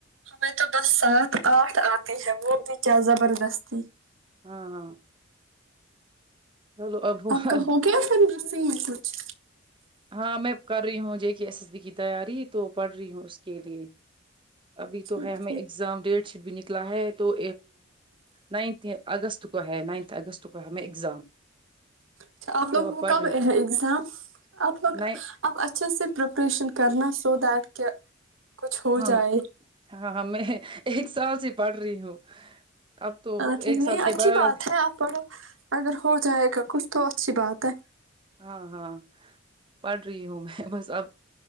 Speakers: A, on the right (about 80°); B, on the right (about 25°).
A: ہمیں تو بس سات آٹھ آتے ہیں وہ بھی کیا زبردستی
B: ہاں ہاں چلو اب ہوا
A: آپ کا ہو گیا پھر نرسنگ میں کچھ
B: ہاں میں کر رہی ہوں جی ایس ایس بی کی تیاری تو پڑھ رہی ہوں اس کے لیے ابھی
A: اچھا
B: تو ہے ہمیں
A: ٹھیک،
B: اگزام ڈیٹ بھی نکلا ہے تو نائنتھ اگست کو ہے نائنتھ اگست کو ہمیں ایگزام
A: اچھا آپ لوگوں
B: تو اب
A: کو
B: پڑھ
A: کب
B: رہی
A: ہے اگزام آپ آپ
B: نہیں
A: اچھے سے پریپریشن کرنا سو دییٹ کہہ کچھ ہو
B: ہاں
A: جائے
B: ہاں میں ایک سال سے پڑھ رہی ہوں اب تو
A: ہاں ٹھیک
B: ایک
A: نہیں
B: سال کے
A: اچھی
B: بعد
A: بات ہے آپ پڑھو اگر ہو جائے گا کچھ تو اچھی بات ہے
B: ہاں ہاں پڑھ رہی ہوں میں بس اب